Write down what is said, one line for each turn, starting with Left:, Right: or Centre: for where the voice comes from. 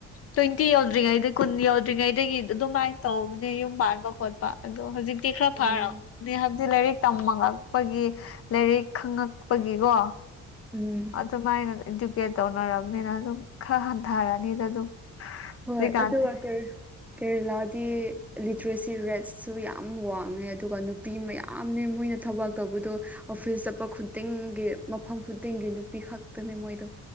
Left: ꯇꯣꯏꯟꯇꯤ ꯌꯧꯗ꯭ꯔꯤꯉꯩꯗꯩ ꯀꯨꯟ ꯌꯧꯗ꯭ꯔꯤꯉꯩꯗꯒꯤ ꯑꯗꯨꯝꯃꯥꯏꯟ ꯇꯧꯕꯅꯦ ꯌꯨꯝ ꯄꯥꯟꯕ ꯈꯣꯠ ꯄ ꯑꯗꯣ ꯍꯧꯖꯤꯛꯇꯤ ꯈꯔ
Centre: ꯎꯝ
Left: ꯐꯔꯕꯅꯦ ꯍꯥꯏꯕꯗꯤ ꯂꯥꯏꯔꯤꯛ ꯇꯝꯃꯉꯛꯄꯒꯤ ꯂꯥꯏꯔꯤꯛ ꯈꯪꯉꯛꯄꯒꯤꯒꯣ
Centre: ꯎꯝ
Left: ꯑꯗꯨꯃꯥꯏꯅ ꯏꯗꯨꯀꯦꯠ ꯇꯧꯅꯔꯕꯅꯤꯅ ꯑꯗꯨꯝ ꯈꯔ ꯍꯟꯊꯔꯅꯤꯗ ꯑꯗꯨꯝ
Centre: ꯍꯣꯏ
Left: ꯍꯧꯖꯤꯛꯀꯥꯟꯗꯤ
Centre: ꯑꯗꯨ ꯋꯥꯇꯔ ꯀꯦꯔꯦꯂꯥꯗꯤ ꯂꯤꯇ꯭ꯔꯦꯁꯤ ꯔꯦꯠꯁꯨ ꯌꯥꯝ ꯋꯥꯡꯉꯦ ꯑꯗꯨꯒ ꯅꯨꯞ ꯄꯤ ꯃꯌꯥꯝꯅꯦ ꯃꯣꯏꯅ ꯊꯕꯥꯛ ꯇꯧꯕꯗꯣ ꯑꯣꯐꯤꯁ ꯆꯠꯄ ꯈꯨꯗꯤꯡꯒꯤ ꯃꯐꯝ ꯈꯨꯗꯤꯡꯒꯤ ꯅꯨꯄꯤ ꯈꯛꯇꯅꯦ ꯃꯣꯏꯗꯣ